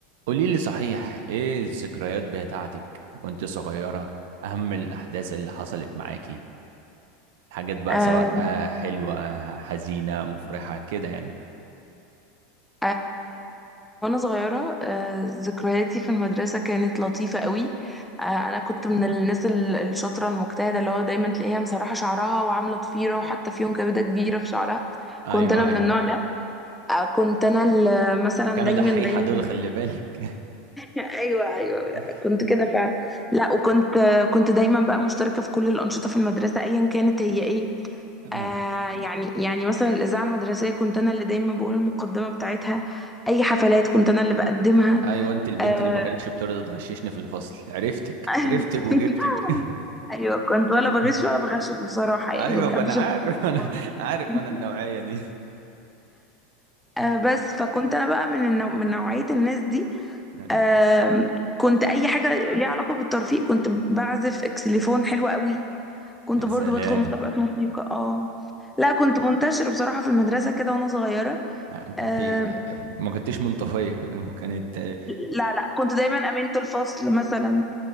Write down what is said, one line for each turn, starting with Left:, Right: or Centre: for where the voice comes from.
Right: قولي لي صحيح ايه الذكريات بتاعتك وانت صغيرة اهم الاحداث اللي حصلت معاكي حاجات بقى
Centre: آه،
Right: سواء آه، حلوة حزينة مفرحة كده يعني
Centre: آه، وانا صغيره آه، ذكرياتي في المدرسه كانت لطيفه قوي آه، انا كنت من الناس ال- الشاطره المجتهده اللي هو دايما تلاقيها مسرحه شعرها وعامله ضفيره وحتى في يوم كبده كبيره في شعرها
Right: ايوه
Centre: كنت انا من
Right: ايوه
Centre: النوع ده آه، كنت انا ال- مثلا
Right: كانوا
Centre: دايما
Right: دحيحة
Centre: دايما
Right: دول خلي بالك
Centre: ايوه ايوه
Right: <laughs>
Centre: كنت كده فعلا لا وكنت كنت دايما بقى مشتركه في كل الانشطه في المدرسه ايا كانت هي ايه
Right: أه.
Centre: آه يعني يعني مثلا الاذاعه المدرسيه كنت انا اللي دايما بقول المقدمه بتاعتها اي حفلات كنت انا اللي بقدمها
Right: ايوه انت البنت
Centre: آه
Right: اللي ما كانتش بترضى تغششني في الفصل عرفتك
Centre: <laughs>
Right: عرفتك وجبتك
Centre: ايوه كنت ولا
Right: <laughs>
Centre: بغش ولا بغشش بصراحه
Right: ايوه
Centre: يعني ما بحبش
Right: ما انا عارف
Centre: الفكرة
Right: انا
Centre: خالص
Right: عارف
Centre: <laughs>
Right: انا النوعية دي
Centre: آه
Right: <laughs>
Centre: بس فكنت انا بقى من النوع من نوعيه الناس دي
Right: ايوه
Centre: آه كنت اي حاجه ليها علاقه بالترفيه كنت بعزف اكسليفون حلو قوي كنت
Right: يا
Centre: برضو
Right: سلام
Centre: بدخل مسابقات موسيقى اه لا كنت منتشرة بصراحة في المدرسة كده وأنا صغيرة
Right: يعني كان
Centre: آه
Right: في ما كنتش منطفية <laughs> كانت <laughs>
Centre: لا لا كنت دايما أمينة الفصل مثلا